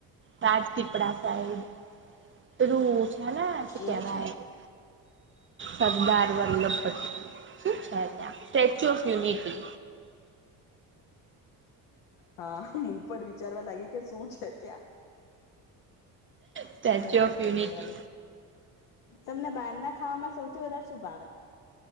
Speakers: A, on the right (about 30°); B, on the left (about 80°).
A: રાજપીપળા સાઈડ રુછ હલા શું કેવાય
B: એવું છે
A: સરદાર વલ્લભ પટેલ શું છે ત્યાં સ્ટેચ્યુ ઓફ યુનિટી.
B: હા હું પણ ચરવા લાગી કે શું છે ત્યાં?
A: સ્ટેચ્યુ
B: બરાબર
A: ઓફ યુનિટી
B: બરાબર તમને બાર ના ખાવામાં સૌથી વધારે શુભાવે?